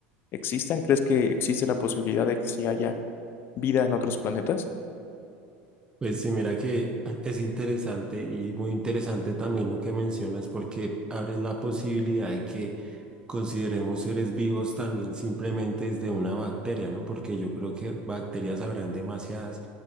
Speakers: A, on the left; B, on the right.
A: existan? ¿Crees que existe la posibilidad de que sí haya vida en otros planetas?
B: Pues sí, mira que <laughs> es interesante y muy interesante también lo que mencionas porque abres la posibilidad de que consideremos seres vivos también simplemente desde una bacteria, ¿no? Porque yo creo que bacterias habrán demasiadas.